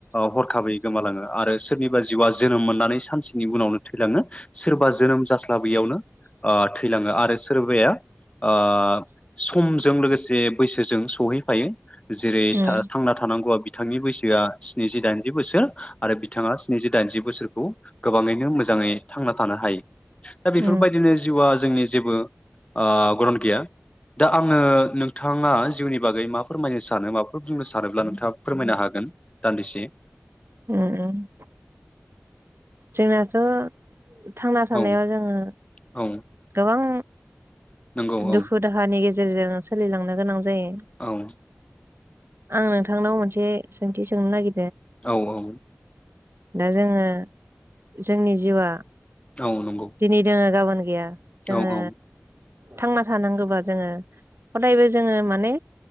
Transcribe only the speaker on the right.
उम
उम
उम जोंनाथ' थांना थानायाव
जोङो
गोबां
दुखु दाहािन गेजे रजों सोलिलांनो गोनां जायो
आं नोंथांनाव मोनसे सोंथि सोंनो नागि
दा जोङो जोंनि जिउआ
दिनै दोङो गाबोन गैया जोङो
थांना थानांगोबा जोङो हदायबो जोङो माने